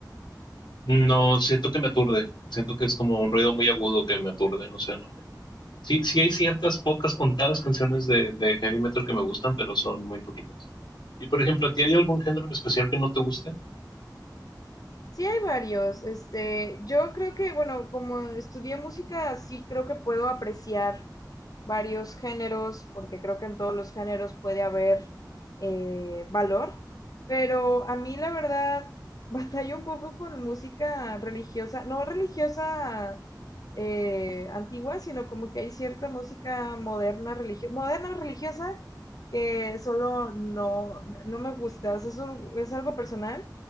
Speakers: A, on the left; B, on the left.
A: No, siento que me aturde, siento que es como un ruido muy agudo que me aturde, no sé, no me... Sí, sí hay ciertas pocas contadas canciones de, de heavy metal que me gustan, pero son muy poquitas. Y por ejemplo, ¿a ti hay algún género en especial que no te guste?
B: Sí, hay varios. Este, yo creo que, bueno, como estudié música, sí creo que puedo apreciar varios géneros, porque creo que en todos los géneros puede haber eh, valor. Pero a mí, la verdad, <laughs> batallo un poco con música religiosa, no religiosa eh, antigua, sino como que hay cierta música moderna, religio- moderna religiosa que solo no, no me gusta. O sea, es un- es algo personal.